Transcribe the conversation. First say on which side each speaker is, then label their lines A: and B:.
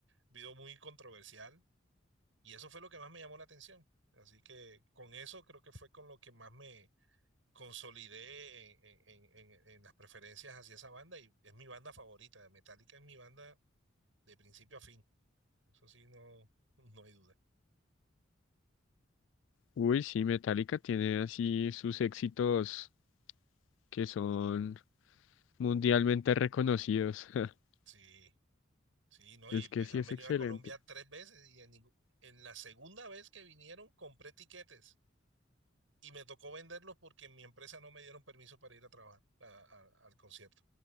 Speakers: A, on the right (about 85°); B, on the left (about 75°).
A: video muy controversial y eso fue lo que más me llamó la atención. Así que con eso creo que fue con lo que más me consolidé en, en- en- en las preferencias hacia esa banda y es mi banda favorita. Metallica es mi banda de principio a fin. Eso sí, no, <laughs> no hay duda.
B: Uy, sí, Metallica tiene así sus éxitos que son mundialmente reconocidos. <laughs>
A: Sí, sí, no,
B: Es
A: y pues
B: que sí
A: han
B: es
A: venido
B: excelente.
A: a Colombia tres veces y en, ningú- en la segunda vez que vinieron compré tiquetes. y me tocó venderlos porque en mi empresa no me dieron permiso para ir a trabajar a- a- al concierto.